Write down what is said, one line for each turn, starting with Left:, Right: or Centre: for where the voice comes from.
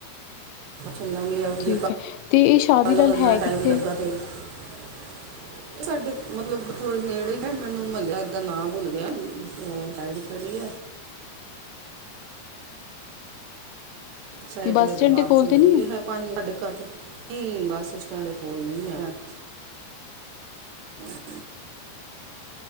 Right: ਚੱਲਾਂਗੇ
Left: ਠੀਕ
Right: <unintelligible>
Left: ਹੈ ਅਤੇ ਇਹ ਸ਼ਾਦੀ ਲਾਲ ਹੈ
Right: ਟਾਈਮ
Left: ਕਿੱਥੇ
Right: ਲੱਗਾ ਤੇ। ਇਹ ਸਾਡੇ ਮਤਲਬ ਥੋੜ੍ਹੇ ਨੇੜੇ ਹੈ ਮੈਨੂੰ ਮਹੱਲਿਆ ਦਾ ਨਾਂ ਭੁੱਲ ਗਿਆ, ਸਾਈਡ ਕਿਹੜੀ ਹੈ? ਸਾਈਡ
Left: ਬੱਸ
Right: ਦਾ ਦਿਮਾਗ
Left: ਸਟੈਂਡ ਦੇ ਕੋਲ
Right: <unintelligible>
Left: ਤੇ ਨੀ ਹੈ
Right: ਪੰਜ ਸਾਡੇ ਘਰ ਤੋਂ ਨਹੀਂ, ਬੱਸ ਸਟੈਂਡ ਕੋਲ ਨੀ ਹੈ। <inaudible>